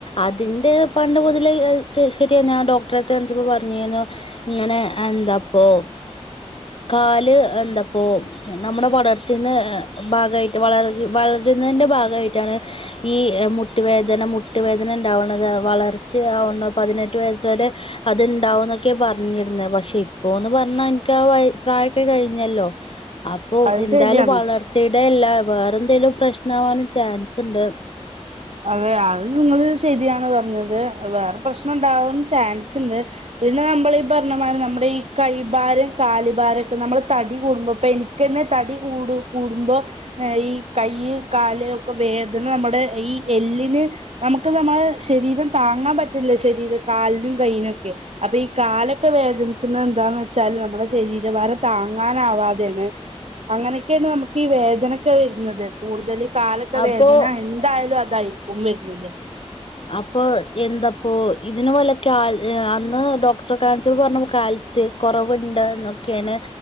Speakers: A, on the left (about 55°); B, on the right (about 70°).
A: അതിന്റെ പണ്ട് മുതലേ <unintelligible> ശെരിയ ഞാൻ ഡോക്‌ട്രട്ത്ത് കാൺച്ചപ്പോ പറഞ്ഞീനു ഇങ്ങനെ എന്താപ്പോ <unintelligible> കാല് എന്താപ്പോ നമ്മ്ടെ വളർച്ചെന്ന്‌ ഭാഗായിട്ട് വളർ വള ത് ന്നേന്റെ ഭാഗായിട്ടാണ് ഈ മുട്ടുവേദന മുട്ടുവേദന ഉണ്ടാവ്ണത് വളർച്ച പതിനെട്ട് വയസ് വരെ അത്ണ്ടാവന്നൊക്കെ പറഞ്ഞിര്ന്നെ പക്ഷെ ഇപ്പോന്ന് പറ പ്രയൊക്കെ കഴിഞ്ഞല്ലോ അപ്പോ
B: അത്
A: എന്താലും
B: ശരിയാണ്
A: വളർചേടല്ലാ വേറെ എന്തേലും പ്രശ്നവാനും ചാൻസ്ണ്ട്.
B: അതെ അത് നിങ്ങള് ശരിയാണ് പറഞ്ഞത് വേറെ പ്രശ്നം ഉണ്ടാവും ചാൻസ്ണ്ട് പിന്നെ നമ്മൾ ഈ പറഞ്ഞമാരി നമ്മ്ടെ ഈ കൈഭാരം കാലു ഭാരൊക്കെ നമ്മള് തടി കൂടുമ്പോ പെനിക്കന്നെ <unintelligible> തടി കൂടു കൂടുമ്പോ <unintelligible> ഈ കൈയ്യ് കാല് <unintelligible> വേദന നമ്മടെ ഈ എല്ലിന് നമുക്ക് നമ്മളെ ശരീരം താങ്ങാൻ പറ്റില്ല ശരീര കാൽ നും കയ്യിനൊക്കെ അപ്പൊ ഈ കാലൊക്കെ വേദനിക്കുന്നത് എന്താന്നെച്ചാല് നമ്മുടെ ശരീരഭാരം താങ്ങാനാവാതേണ്. അങ്ങനൊക്കെയാണ് നമുക്ക് ഈ വേദനൊക്കെ വരുന്നത് കൂടുതൽ കാലൊക്കെ
A: അപ്പോ
B: വേദന എന്തായാലും അതായിരിക്കും വര്ന്നത്
A: അപ്പൊ എന്താപ്പോ ഇതിന് വല്ല കാ <unintelligible> അന്ന് ഡോക്ടറെ കാൺച്ചപ്പോ പറഞ്ഞ <unintelligible> സ് കൊറവ്ണ്ട്നൊക്കെണ്